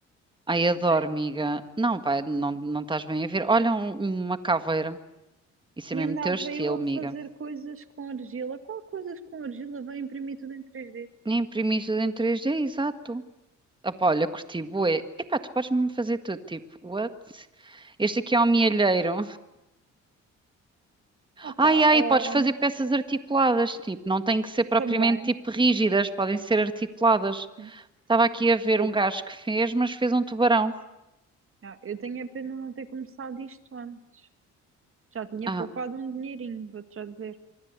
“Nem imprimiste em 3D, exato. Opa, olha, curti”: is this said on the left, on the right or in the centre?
Right